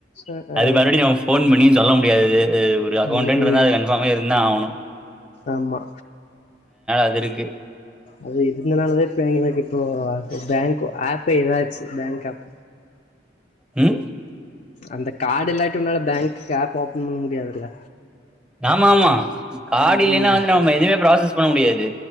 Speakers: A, on the left (about 40°); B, in the centre.
A: அஹ் அஹ்.
B: அது மறுபடியும் ஃபோன் பண்ணியும் சொல்ல முடியாது ஒரு அக்கௌண்டன்ட்ருந்தா
A: ம் ம்
B: அது கன்ஃபார்மா இருந்தா ஆவனும்
A: ஆமா
B: அது இருக்கு
A: அது இருந்தனாலதான் இப்ப எனக்கு இப்போ பேங்க் ஆப்பே இதாச்சு பேங்க் ஆப்
B: ம்
A: அந்த கார்டு இல்லாட்டி உன்னால பேங்க்குக்கு ஆப் ஓபன் பண்ண முடியாதுல்ல
B: ஆமா ஆமா காடு
A: ம்
B: இல்லேனா
A: ம்
B: வந்து நம்ம எதுவுமே ப்ராசஸ் பண்ண முடியாது